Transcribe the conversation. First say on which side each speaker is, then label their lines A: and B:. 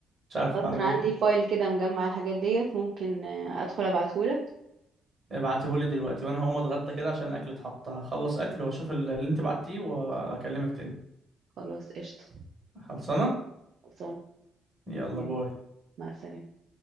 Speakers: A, on the right (about 40°); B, on the right (about 60°).
A: مش عارف
B: خلاص
A: المعلومه
B: انا عندي
A: دي
B: فايل كده مجمع الحاجات ديت ممكن آه، ادخل ابعتهولك
A: ابعتهولي دلوقتي وانا هقوم اتغدى كده عشان الاكل اتحط هخلص اكل واشوف اللي انت بعتيه واكلمك تاني
B: خلاص قشطة
A: خلصانه
B: خلصانة
A: يلا
B: يلا.
A: باي
B: مع السلامة